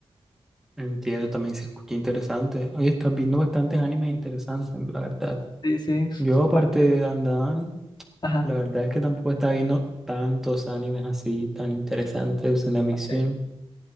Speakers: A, in the centre; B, on the left (about 40°).
A: Entiendo, también se escucha interesante. Oye, estás viendo bastantes animes interesantes, la verdad.
B: Sí, sí.
A: Yo, aparte
B: va.
A: de Dan Dan,
B: Ajá.
A: la verdad es que tampoco está viendo tantos animes así tan interesantes en emisión.
B: Ok.